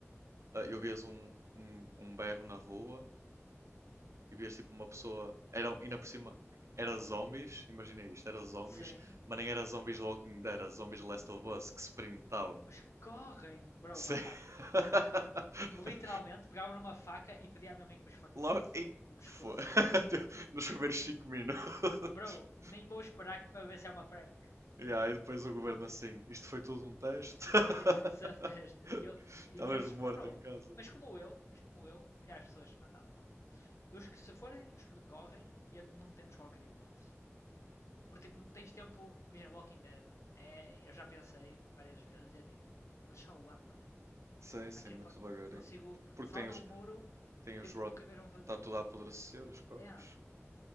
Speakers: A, on the right (about 70°); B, on the left (about 65°).
A: ah, eu vias um, um, um berro na rua e vias tipo uma pessoa. Era, ainda por cima, era zombies, imagina isto, era zombies,
B: Sim.
A: mas nem era zombies de Walking Dead, era zombies de Last of Us que se printavam.
B: Os que correm, bro,
A: Se-
B: matava-me.
A: <laughs>
B: Literalmente, pegava numa faca e pedia à minha mãe que me esfaqueasse.
A: Logo, e
B: Do pescoço.
A: foi. <laughs> Nos primeiros 5 minutos. <laughs>
B: Bro, nem vou esperar que para ver se é uma prank.
A: Yeah, e depois o governo assim, isto foi tudo um teste. <laughs>
B: Yeah, <laughs> são este E eu, imensos.
A: Estavas morto
B: Oh, bro,
A: em casa.
B: mas como eu, mas como eu, milhares de pessoas se matavam logo. Os que se forem os que correm, eu, não temos qualquer hipótese. Porque, tipo, não tens tempo. Imagina, Walking Dead. É, eu já pensei várias vezes e é tipo, eles só andam.
A: Sim, sim,
B: I can
A: muito
B: fuck.
A: devagarinho.
B: Consigo.
A: Porque
B: Salta
A: tem os,
B: um muro.
A: tem os
B: Tipo,
A: rot...
B: o que é que eles vão fazer?
A: Está tudo a apodrecer, os corpos.
B: É. Yeah.